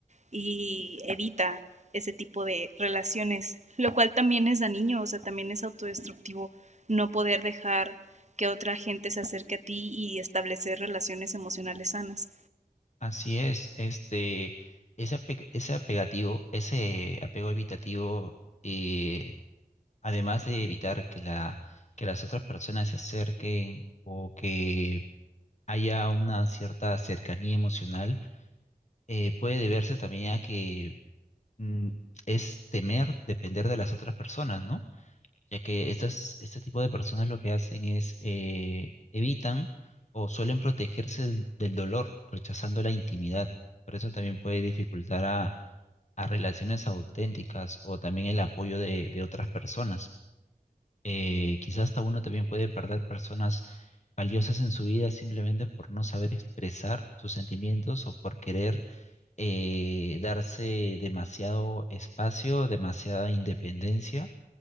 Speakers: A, on the right; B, on the left.
A: y evita ese tipo de relaciones, lo cual también es dañino, o sea, también es autodestructivo no poder dejar que otra gente se acerque a ti y establecer relaciones emocionales sanas.
B: Así es, este, ese, ape- ese apegativo, ese apego evitativo, eh, además de evitar que la, que las otras personas se acerquen o que haya una cierta cercanía emocional, eh, puede deberse también a que mm, es temer depender de las otras personas, ¿no? ya que estas, este tipo de personas lo que hacen es eh, evitan o suelen protegerse del, del dolor, rechazando la intimidad. Por eso también puede dificultar a, a relaciones auténticas o también el apoyo de, de otras personas. Eh, quizás hasta uno también puede perder personas valiosas en su vida simplemente por no saber expresar sus sentimientos o por querer eh, darse demasiado espacio, demasiada independencia